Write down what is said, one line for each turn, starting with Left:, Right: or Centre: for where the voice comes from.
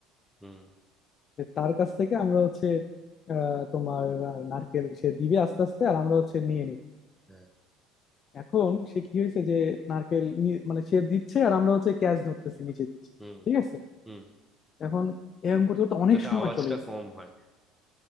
Centre: হুম
Left: যে তার কাছ থেকে আমরা হচ্ছে আহ, তোমার আহ, নারকেল সে দিবে আস্তে আস্তে আর আমরা হচ্ছে নিয়ে নিব
Centre: হ্যাঁ
Left: এখন সে কি হয়েছে যে নারকেল নি- মানে সে দিচ্ছে আর আমরা হচ্ছে ক্যাচ ধরতেছি নিচে দিচ্ছি
Centre: হুম
Left: ঠিক আছে
Centre: হুম
Left: এখন এরকম করতে করতে অনেক
Centre: যাতে
Left: সময়
Centre: আওয়াজটা
Left: চলে গেছে
Centre: কম হয়